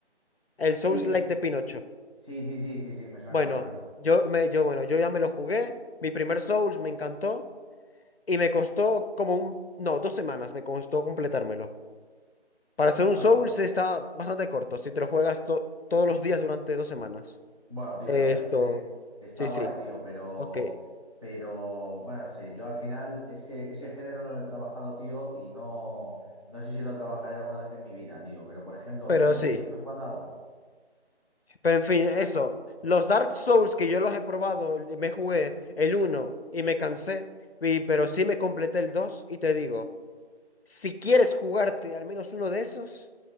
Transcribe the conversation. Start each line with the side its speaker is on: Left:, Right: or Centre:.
Left: El Souls
Right: Sí,
Left: Like de Pinocho.
Right: sí, sí, sí, sí, sí, me suena,
Left: Bueno,
Right: me suena.
Left: yo me, yo, bueno, yo ya me lo jugué. Mi primer Souls me encantó y me costó como un, no, dos semanas me costó completármelo. Para hacer un
Right: Bueno,
Left: Souls está bastante corto, si te lo juegas to- todos los días durante dos semanas.
Right: bueno, tío,
Left: Esto,
Right: la verdad es que está
Left: sí,
Right: guay,
Left: sí,
Right: tío, pero,
Left: ok.
Right: pero, bueno, no sé, yo al final es que ese género no lo he trabajado, tío, y no, no sé si lo trabajaré alguna vez en mi vida, tío, pero por ejemplo,
Left: Pero
Right: de móvil
Left: sí.
Right: tú estás jugando a algo.
Left: Pero en fin, eso. Los Dark Souls que yo los he probado, me jugué el uno y me cansé, y- pero sí me completé el 2 y te digo, si quieres jugarte al menos uno de esos,